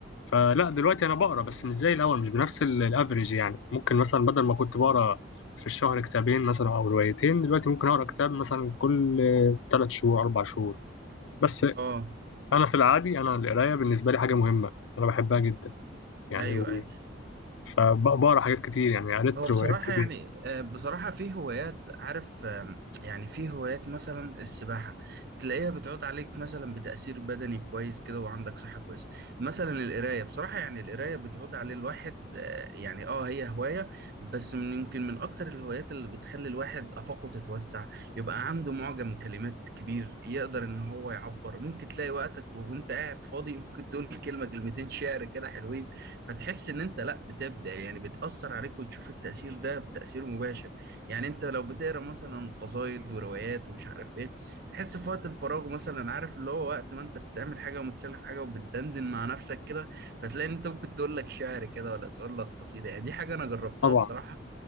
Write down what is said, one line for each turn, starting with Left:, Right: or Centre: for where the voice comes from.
Left: فلا دلوقتي انا بقرا بس مش زي الاول مش بنفس الافريج يعني ممكن مثلا بدل ما كنت بقرا في الشهر كتابين مثلا او روايتين دلوقتي ممكن اقرا كتاب مثلا كل ثلاث شهور اربع شهور بس
Right: اه
Left: انا في العادي انا القرايه بالنسبه لي حاجه مهمه انا بحبها جدا يعني
Right: ايوه ايوه
Left: فبقرا حاجات كتير يعني قريت
Right: هو بصراحة
Left: روايات كتير
Right: يعني آه، بصراحة في هوايات عارف آم، يعني في هوايات مثلا السباحة تلاقيها بتعود عليك مثلا بتأثير بدني كويس كده وعندك صحة كويسة مثلا القراية بصراحة يعني القراية بتعود عليه الواحد آه، يعني اه هي هواية بس من يمكن من أكتر الهوايات اللي بتخلي الواحد آفاقه تتوسع يبقى عنده معجم كلمات كبير يقدر إن هو يعبر ممكن تلاقي وقتك وأنت قاعد فاضي ممكن تقول كلمة كلمتين شعر كده حلوين فتحس ان انت لا بتبدا يعني بتاثر عليك وتشوف التاثير ده بتاثير مباشر يعني انت لو بتقرا مثلا قصايد وروايات ومش عارف ايه تحس في وقت الفراغ مثلا عارف اللي هو وقت ما انت بتعمل حاجه ومتسلى في حاجه وبتدندن مع نفسك كده فتلاقي ان انت ممكن تقول لك شعر كده ولا تقول لك قصيده يعني دي حاجه انا جربتها
Left: طبعا
Right: بصراحه